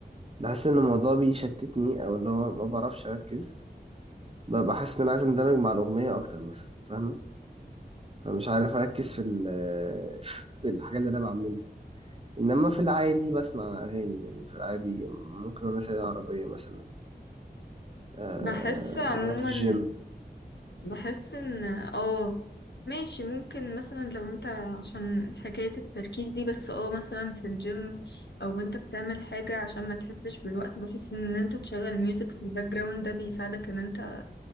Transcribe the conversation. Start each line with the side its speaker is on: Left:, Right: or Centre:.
Right: بحس إن الموضوع بيشتتني أو اللي هو ما بعرفش أركز ب- بحس إن أنا عايز أندمج مع الأغنية أكتر مثلا فاهمة فمش عارف أركز في ال... <laughs> في الحاجة اللي أنا بعملها إنما في العادي بسمع أغاني يعني في العادي ممكن وأنا سايق العربية مثلا أه...
Left: بحس عموما
Right: وأنا في الجيم
Left: بحس ان اه ماشي ممكن مثلا لو انت عشان حكاية التركيز دي بس اه مثلا في الجيم او انت بتعمل حاجة عشان ما تحسش بالوقت بحس ان انت تشغل ميوزك في الباك جراوند ده بيساعدك ان انت